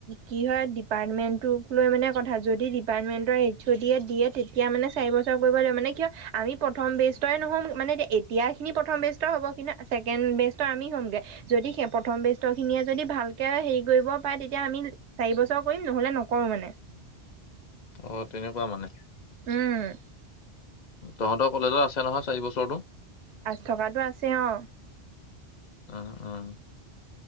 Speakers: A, on the right (about 75°); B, on the left (about 45°).
A: কি হয় ডিপাৰ্টমেন্ট লৈ মানে কথা যদি ডিপাৰ্টমেন্টৰ থ দিয়ে দিয়ে তেতিয়া মানে চাৰি বছৰ কৰিব লাগিব মানে কিয় আমি প্ৰথম বেজটৰে নহ'ম মানে এতিয়া খিনি প্ৰথম বেষ্টৰ হ'ব কিন্তু ছেকেণ্ড বেষ্টৰ আমি হ'মগৈ যদি সেই প্ৰথম বেষ্ট খিনিয়ে যদি ভালকে হেৰি কৰিব পাৰে তেতিয়া আমি চাৰি বছৰ কৰিম নহ'লে নকৰো মানে
B: অ', তেনেকুৱা মানে
A: উম,
B: তহঁতৰ কলেজত আছে নহয় চাৰি বছৰটো
A: থকাতটো আছে অ',।
B: উ উম